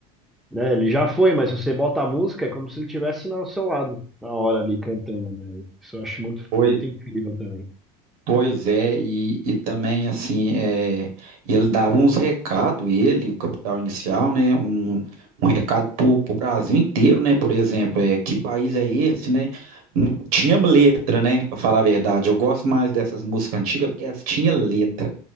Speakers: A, in the centre; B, on the right (about 80°).
A: né? Ele já foi, mas se você bota a música, é como se ele estivesse ao seu lado, na hora ali cantando, né? Isso eu acho muito,
B: pois.
A: muito incrível também.
B: Pois é, e, e também assim, é, ele dava uns recados, ele, o Capital Inicial, né? Um, um recado para o Brasil inteiro, né? Por exemplo, é, que país é esse, né? Hum, Tinha letra, né? Para falar a verdade, eu gosto mais dessas músicas antigas porque elas tinham letra.